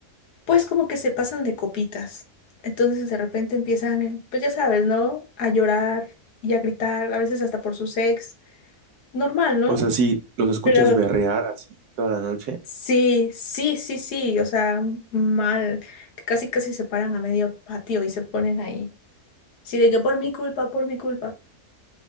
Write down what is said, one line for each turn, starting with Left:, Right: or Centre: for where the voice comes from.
Left: pues como que se pasan de copitas. Entonces de repente empiezan, en- pues ya sabes, ¿no? A llorar y a gritar, a veces hasta por sus ex. Normal, ¿no?
Right: O sea, si los escuchas
Left: Pero
Right: berrear así toda la noche
Left: sí, sí, sí, sí, o sea, mal, que casi casi se paran a medio patio y se ponen ahí. Sí, de que por mi culpa, por mi culpa.